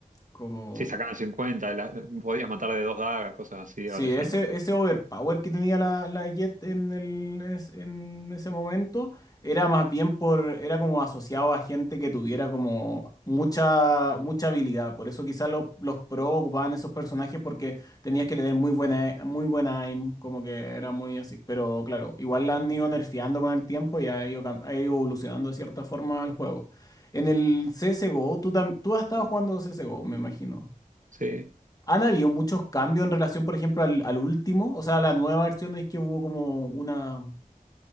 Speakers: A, on the left; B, on the right.
A: como
B: Sí, sacaban 50, la- podías matar de dos dagas, cosas así,
A: Sí,
B: ahora ya
A: ese,
B: no.
A: ese overpower que tenía la, la Jet en el, en, es- en ese momento era más bien por, era como asociado a gente que tuviera como mucha, mucha habilidad. Por eso quizás los, los pro ocupaban esos personajes porque tenías que tener muy buena, muy buena aim, como que era muy así. Pero claro, igual la han ido nerfeando con el tiempo y ha ido, cam- ha ido evolucionando de cierta forma el juego. En el CSGO, tú, tam- tú has estado jugando CSGO, me imagino.
B: Sí.
A: ¿Han habido muchos cambios en relación, por ejemplo, al, al último? O sea, la nueva versión es que hubo como una,